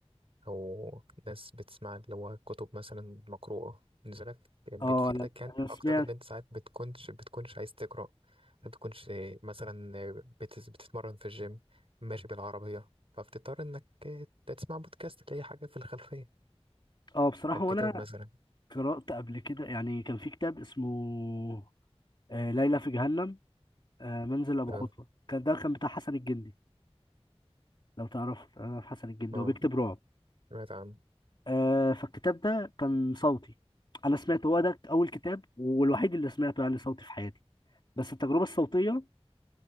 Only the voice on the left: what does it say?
اه انا
انا سمعت
اه بصراحة
وانا
قرأت قبل كده يعني كان في كتاب اسمه آه، ليلى في جهنم آه، منزل ابو خطوة
كان ده كان بتاع حسن الجندي لو تعرفه انا في حسن الجندي
هو بيكتب رعب
آه، فالكتاب ده كان صوتي انا سمعته هو ده اول كتاب والوحيد اللي سمعته يعني صوتي في حياتي بس التجربة الصوتية